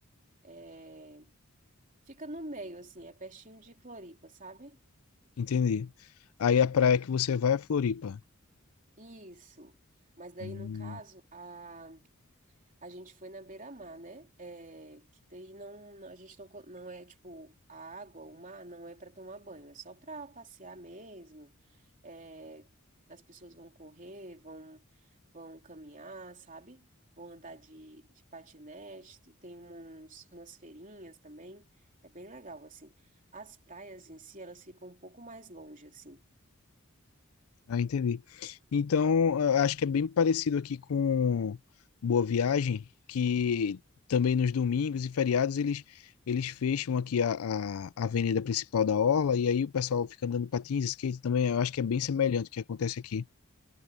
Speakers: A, on the right; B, on the left.
A: É, fica no meio, assim, é pertinho de Floripa, sabe?
B: Entendi. Aí a praia que você vai é Floripa.
A: Isso. Mas daí,
B: Hum.
A: no caso, a A gente foi na beira-mar, né? É, que daí não, não- a gente não, co- não é tipo a água, o mar não é para tomar banho, é só para passear mesmo. É, as pessoas vão correr, vão, vão caminhar, sabe? Vão andar de, de patinete, e tem uns, umas feirinhas também. É bem legal, assim. As praias em si, elas ficam um pouco mais longe, assim.
B: Ah, entendi. Então, eu acho que é bem parecido aqui com Boa Viagem, que também nos domingos e feriados eles, eles fecham aqui a, a, a avenida principal da Orla, e aí o pessoal fica andando patins, skate também. Eu acho que é bem semelhante o que acontece aqui,